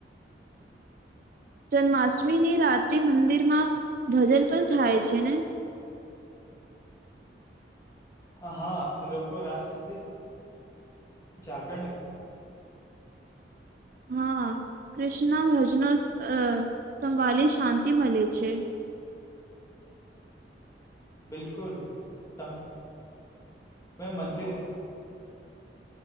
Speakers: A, on the right; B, on the left.
A: જન્માષ્ટમીને રાત્રે મંદિર ના. ભજન પણ થાય છે ને?
B: હા લોકો રાત સુધી જ જાગરણ
A: હા કૃષ્ણના ભજનો સંભળી શાંતિ મળે છે.
B: બિલકુલ. ત મે મંદિરે